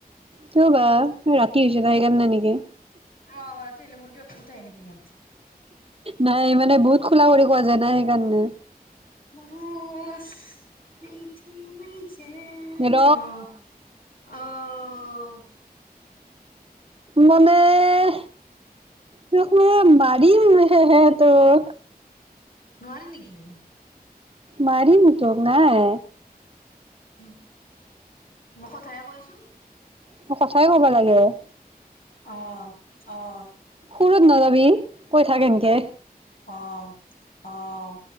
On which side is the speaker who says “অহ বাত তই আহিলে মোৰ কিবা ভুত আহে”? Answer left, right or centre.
Left